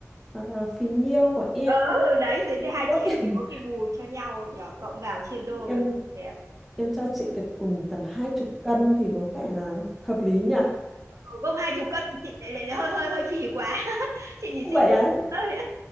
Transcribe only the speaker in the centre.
ờ, phí nhiêu của em
em
ước
<laughs>
em
em cho chị được ừ, tầm hai chục cân thì có vẻ là hợp lý nhỉ
vậy
á